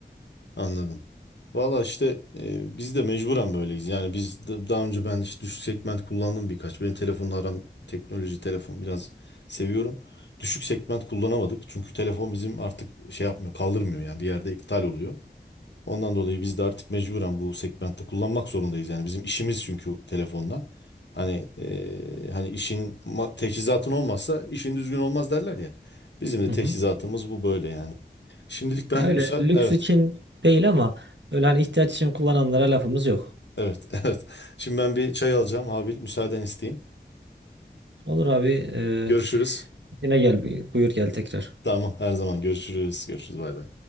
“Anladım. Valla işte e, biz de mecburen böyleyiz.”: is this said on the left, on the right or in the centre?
Left